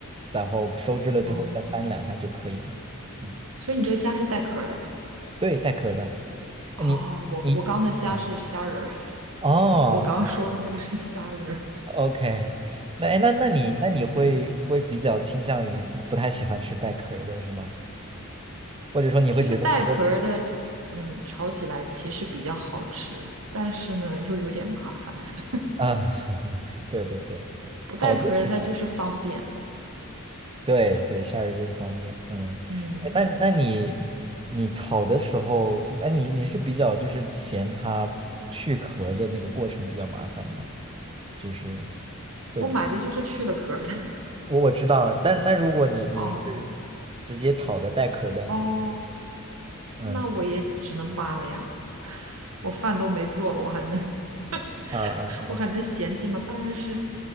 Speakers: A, on the right; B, on the right.
A: 然后收汁了之后再翻两下就可以了。
B: 哦。
A: 嗯，
B: 所以你这个虾是带壳儿的
A: 对，带壳儿的。
B: 哦。
A: 哎你你，
B: 我我刚的虾是虾仁儿，
A: 嗯，哦
B: <laughs> 我刚说的那个是虾仁儿。
A: ，OK，那哎那那你那你会会比较倾向于不太喜欢吃带壳儿的是吗？或者说你会觉得多
B: 其实带壳儿的，嗯，炒起来其实比较好吃，但是呢又有点麻烦。<laughs>
A: 啊，<laughs> 对对对，
B: 不带壳儿的它就是方便。
A: 好的时候，对对，夏日就是方便，嗯，
B: 嗯，
A: 哎那那你你炒的时候，哎，你你是比较就是嫌它去壳的那个过程比较麻烦吗？就是会比较
B: 我买的就是去了壳儿的。<laughs>
A: 我我知道，但那如果你你是
B: 哦
A: 直接炒的带壳的，
B: 哦，
A: 你嗯
B: 那我也只能扒了呀。<laughs> 我饭都没做了，我还能 <laughs>
A: 啊啊
B: 我还能嫌弃吗？当然是